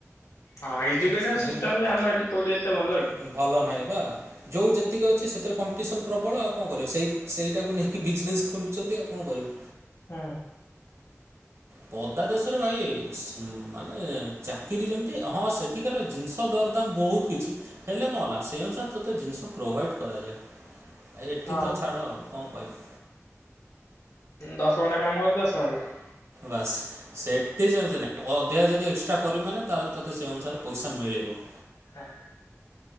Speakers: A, on the left; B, on the right.
A: ହଁ ଏଜୁକେସନ
B: ହୁଁ
A: ସିଷ୍ଟମ୍ ବି ଆମ ଏଠି କଉଠି ଏତେ ଭଲ କି
B: ଭଲ ନାହିଁ। ବା ଯେଉଁ ଯେତିକି ଅଛି ସେଥିରେ କମ୍ପିଟିସନ୍ ପ୍ରବଳ ଆଉ କଣ କରିବ ସେଇ ସେଇଟାକୁ ନେଇକି ବିଜନେସ୍ ଖୋଲୁଛନ୍ତି ଆଉ କଣ କରିବ?
A: ହୁଁ
B: ପଦାଦେଶରେ ଭାଇ ମାନେ ଚାକିରି ଯେମିତି ହଁ ସେଠିକାର ଜିନିଷ ଦରଦାମ ବହୁତ କିଛି ହେଲେ କଣ ହେଲା ସେ ଅନୁସାରେ ତୋତେ ଜିନିଷ ପ୍ରୋଭାଇଡ଼୍ କରାଯାଏ? ଏଠି
A: ହଁ
B: ତ ଛାଡ଼ ଆଉ କଣ କହିବି?
A: ଦଶ ଘଣ୍ଟା କାମ କର ଦଶ ହଜାର।
B: ବାସ ସେଠିସେମିତି ନାଇଁ ଅଧ ଯଦି ଏକ୍ସଟ୍ରା କରିବାନେ ତାହେଲେ ତୋତେ ସେ ଅନୁସାରେ ପଇସା ମିଳିବ।
A: ହଁ।